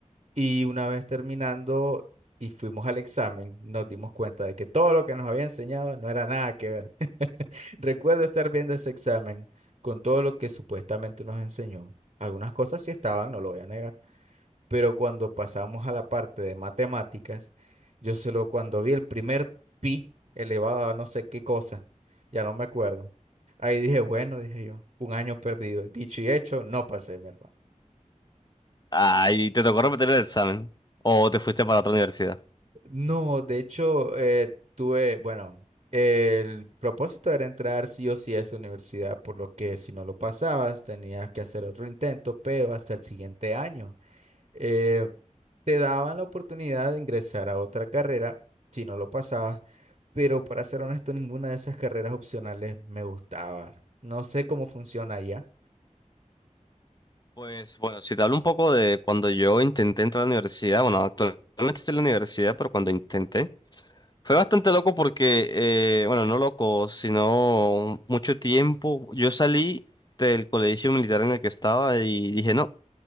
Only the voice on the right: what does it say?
y una vez terminando y fuimos al examen, nos dimos cuenta de que todo lo que nos había enseñado no era nada que ver. <laughs> Recuerdo estar viendo ese examen con todo lo que supuestamente nos enseñó. Algunas cosas sí estaban, no lo voy a negar pero cuando pasamos a la parte de matemáticas, yo solo cuando vi el primer pi elevado a no sé qué cosa, ya no me acuerdo. Ahí dije, bueno, dije yo, un año perdido. Dicho y hecho, no pasé, mi hermano.
No, de hecho, eh, tuve, bueno, el propósito era entrar sí o sí a esa universidad, por lo que si no lo pasabas, tenías que hacer otro intento, pero hasta el siguiente año. Eh, te daban la oportunidad de ingresar a otra carrera si no lo pasabas, pero para ser honesto, ninguna de esas carreras opcionales me gustaba. No sé cómo funciona allá.